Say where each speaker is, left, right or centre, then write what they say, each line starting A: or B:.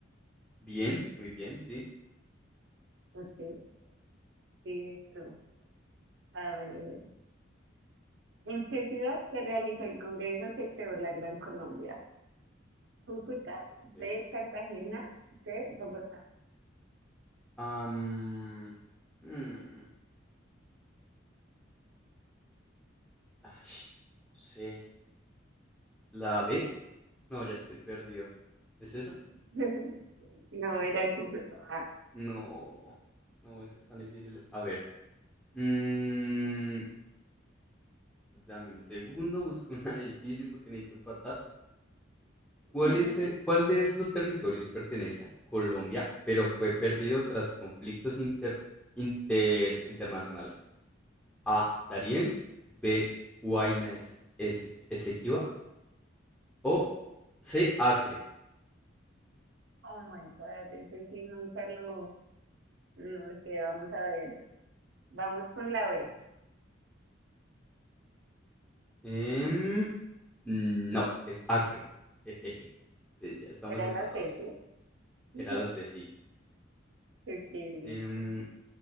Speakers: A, in the centre; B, on the right.
A: bien, muy bien, sí.
B: usted sigues tú. A ver, ¿en qué ciudad se realizó el congreso que creó la Gran Colombia? Cúcuta,
A: Ok.
B: B, Cartagena, C, Bogotá.
A: Am, mm, ay, no sé. ¿La B? No, ya estoy perdido. ¿Es esa?
B: <laughs> no, era Cúcuta.
A: No. No, esa es tan difícil. A ver. mm, dame un segundo, busco una <laughs> difícil porque necesito empatar. ¿Cuál,
B: <laughs>
A: es, eh, ¿Cuál de estos territorios pertenece a Colombia, pero fue perdido tras conflictos inter- inter- internacionales? A. Darién. B. Huayna Es- Ese- Esequiba. O C. Acre.
B: Ah. oh my God, ese sí nunca lo, no sé, vamos a ver. Vamos con la B,
A: Em, no, es Acre. <laughs> Jejeje. Entonces ya estamos
B: era
A: empatados.
B: la C, ¿sí? <laughs>
A: Era la C, sí.
B: ok, listo.
A: Em,